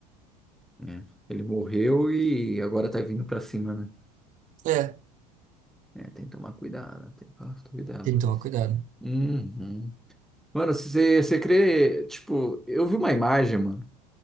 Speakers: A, in the centre; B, on the right (about 40°).
A: É. Ele morreu e agora tá vindo pra cima, né?
B: É,
A: É, tem que tomar cuidado, tem que tomar cuidado.
B: tem que tomar cuidado.
A: Uhum. Mano, se você você crê, tipo, eu vi uma imagem, mano.